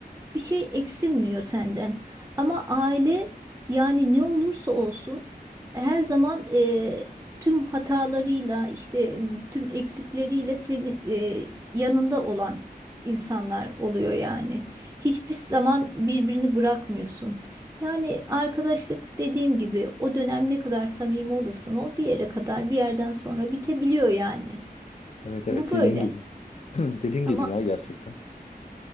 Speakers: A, on the right; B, on the left.
A: bir şey eksilmiyor senden. Ama aile yani ne olursa olsun her zaman e, tüm hatalarıyla işte m, tüm eksikleriyle seni e, yanında olan insanlar oluyor yani. Hiçbir zaman birbirini bırakmıyorsun. Yani arkadaşlık dediğim gibi o dönem ne kadar samimi olursan ol bir yere kadar bir yerden sonra bitebiliyor yani.
B: Evet
A: Bu
B: evet
A: böyle.
B: dediğin gibi. <clears throat> Dediğin
A: Ama
B: gibi ya gerçekten.